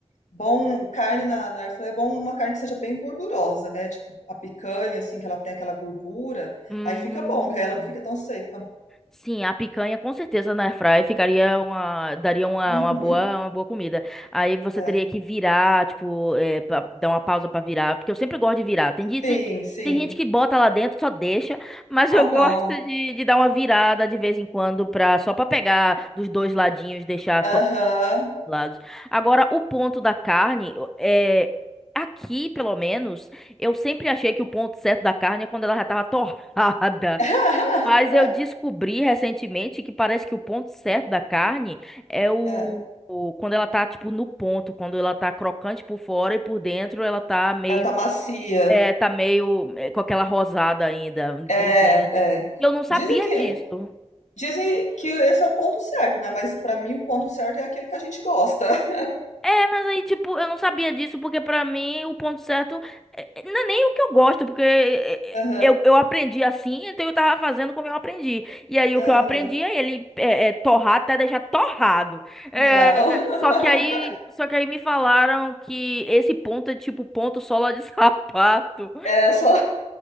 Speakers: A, on the left; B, in the centre.
A: bom carne na, na air fry é bom uma carne que seja bem gordurosa, né? Tipo a picanha assim que ela tem aquela gordura,
B: Hum.
A: aí fica bom, que aí ela não fica tão seca.
B: Sim, a picanha com certeza na airfryer ficaria uma, daria uma,
A: Uhum,
B: uma boa, uma boa comida. Aí você
A: é.
B: teria que virar, tipo, é, pra- dar uma pausa pra virar, porque eu sempre gosto de virar. Tem gente,
A: Sim, sim.
B: tem gente que bota lá dentro, só deixa, mas
A: Ah,
B: eu <laughs>
A: não.
B: gosto de, de dar uma virada de vez em quando pra, só pra pegar dos dois ladinhos, deixar cru-
A: Aham.
B: lados. Agora, o ponto da carne é Aqui, pelo menos, eu sempre achei que o ponto certo da carne é quando ela já tava <laughs> torrada.
A: <laughs>
B: Mas eu descobri recentemente que parece que o ponto certo da carne é o,
A: É,
B: o- quando ela tá tipo no ponto, quando ela tá crocante por fora e por dentro ela tá meio
A: ela tá macia.
B: é, tá meio é, com aquela rosada ainda
A: É,
B: por dentro.
A: é.
B: E eu não sabia
A: Dizem que
B: disso.
A: dizem que esse é o ponto certo, né? Mas pra mim o ponto certo é aquele que a gente gosta. <laughs>
B: É, mas aí, tipo, eu não sabia disso, porque pra mim o ponto certo é- é- não é nem o que eu gosto, porque é-
A: Aham,
B: é- eu, eu aprendi assim, então eu tava fazendo como eu aprendi. E aí o
A: aham.
B: que eu aprendi é ele é, é, torrar até deixar torrado. É,
A: Não. <laughs>
B: só que aí, só que aí me falaram que esse ponto é tipo ponto sola de <laughs> sapato.
A: É só